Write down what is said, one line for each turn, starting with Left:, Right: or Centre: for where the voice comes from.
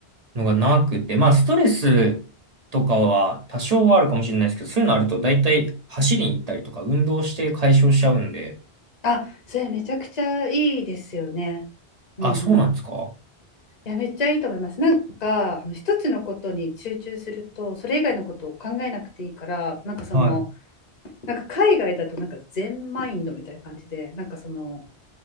Right: のがなくて、まあ、ストレスとかは多少はあるかもしれないですけど、そういうのあると大体走りに行ったりとか運動して解消しちゃうんで、
Left: あ、それめちゃくちゃいいですよね。うんうん。
Right: あ、そうなんですか
Left: いや、めっちゃいいと思います。なんか、あの一つのことに集中すると、それ以外のことを考えなくていいから、なんかその、
Right: はい。
Left: なんか海外だとなんか全マインドみたいな感じで、なんかその